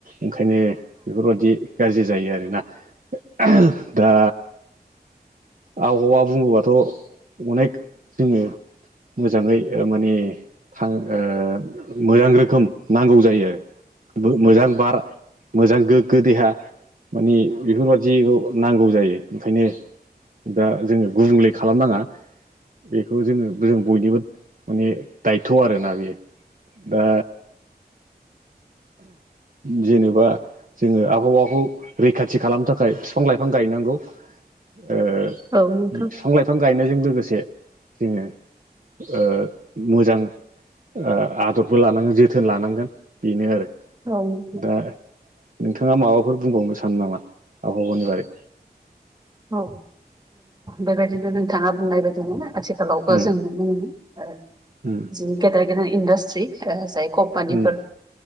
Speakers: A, on the right; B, on the right.
A: ओंखायनो बेफोरबायादि गाज्रि जायो आरोना ओह दा आबहावा बुङोबाथ' अनेक जोङो मोजाङै माने थां ओ मोजां रोखोम नांगौ जायो आरो मोजां बार मोजां गोग्गो देहा माने बेफोरबादि नांगौ जायो ओंखायनो दा जोङो गुबुंले खालामनाङा बेखौ जोङो जों बयनिबो माने दायथ' आरोना बेयो दा जेनेबा जोङो आबहावाखौ रैखाथि खालामनो थाखाय बिफां लाइफां गायनांगौ। ओ
B: औ नोंथ।
A: बिफां लाइफां गायनायजों लोगोसे जोङो ओ मोजां ओ आदरबो लानांगोन जोथोन लानांगोन। बेनो आरो
B: औ नोंथां
A: दा नोंथाङा माबाफोर बुंबावनो सानो नामा आबहावानि बागै?
B: औ बेबायदिनो नोंथाङा बुंनाय बायदिमोन आथिखालावबो
A: उम
B: जों नुनो मोनो। जोंनि
A: उम
B: गेदेर गोेदेर इन्डास्ट्रि ओ जाय कम्पानिफोर।
A: उम